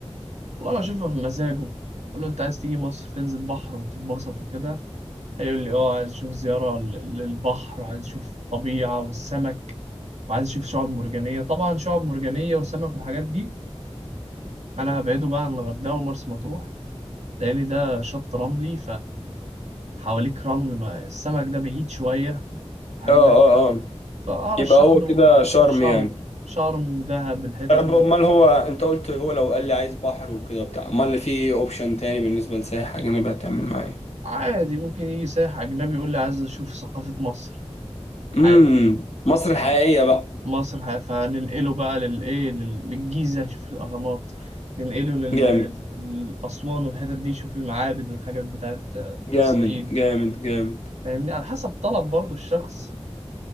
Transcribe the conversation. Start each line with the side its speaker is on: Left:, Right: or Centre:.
Right: والله بشوفها في مزاجه أقول له أنت عايز تيجي مصر تنزل بحر وتتبسط وكده هيقول لي اه عايز اشوف زيارة لل- للبحر وعايز اشوف الطبيعة والسمك وعايز اشوف شعاب مرجانيه طبعا شعاب مرجانيه وسمك والحاجات دي انا هبعده بقى عن الغردقه ومرسى مطروح لان ده شط رملي فحواليك رمل ما السمك ده بعيد شويه عنك
Left: اه اه اه
Right: فارشح
Left: يبقى هو
Right: له
Left: كده شرم
Right: يروح شرم
Left: يعني
Right: شرم دهب الحتت
Left: طب
Right: دي
Left: امال هو انت قلت هو لو قال لي عايز بحر وكده وبتاع امال في اوبشن تاني بالنسبه لسايح اجنبي هتعمل معاه
Right: عادي ممكن يجي سائح اجنبي يقول لي عايز اشوف ثقافه مصر
Left: امم
Right: عادي جدا
Left: مصر الحقيقيه
Right: أه.
Left: بقى
Right: مصر ه- فهننقله بقى للايه لل- للجيزه يشوف الاهرامات ننقله لل-
Left: جامد
Right: للأسوان والحتت دي يشوف المعابد والحاجات بتاعت
Left: جامد
Right: الصعيد
Left: جامد جامد
Right: فاهمني على حسب طلب برضو الشخص